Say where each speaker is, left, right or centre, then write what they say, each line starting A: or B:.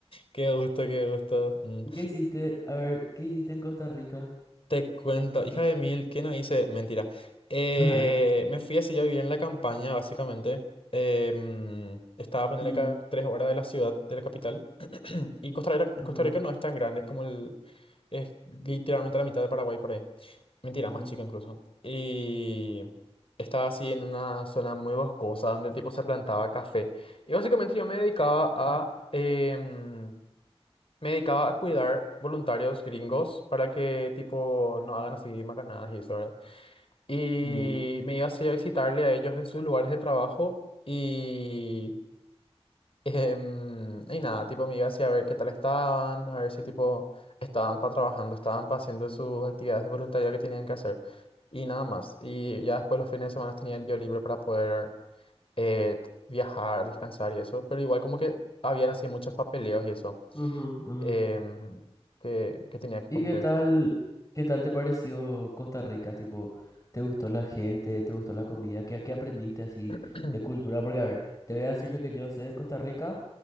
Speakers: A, on the left (about 60°); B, on the left (about 35°).
A: qué gusto, qué gusto. Mm.
B: ¿Y qué hiciste? A ver, ¿qué hiciste en Costa Rica?
A: Te cuento, hija de mil, ¿qué no hice? Mentira. Eh,
B: <laughs>
A: me fui así, yo vivía en la campaña, básicamente. Em, estaba a ponerle
B: Mm,
A: cada tres horas de la ciudad, de la capital. <clears throat> Y Costa Rica,
B: Ajá,
A: Costa Rica no es tan grande, es como el... Es literalmente la mitad de Paraguay por ahí. Mentira,
B: ujú,
A: más chico incluso. Y estaba así en una zona muy boscosa donde tipo se plantaba café. Y básicamente yo me dedicaba a... em, me dedicaba a cuidar voluntarios gringos para que, tipo, no hagan así macanadas y eso, ¿verdad? Y
B: mm,
A: me iba así a visitarle a ellos en sus lugares de trabajo y... em, y nada, tipo, me iba así a ver qué tal estaban, a ver si, tipo, estaban para trabajando, estaban para haciendo sus actividades de voluntariado que tenían que hacer. Y nada más. Y ya después los fines de semana tenía el día libre para poder eh, viajar, descansar y eso. Pero igual como que habían así muchos papeleos y eso
B: ajá, ajá.
A: em, que, que tenía que
B: ¿Y
A: cumplir.
B: qué tal, qué tal te pareció Costa Rica? Tipo, ¿te gustó la gente? ¿Te gustó la comida? ¿Qué, qué aprendiste así
A: <clears throat>
B: de cultura? Porque, a ver, te voy a decir lo que yo sé de Costa Rica.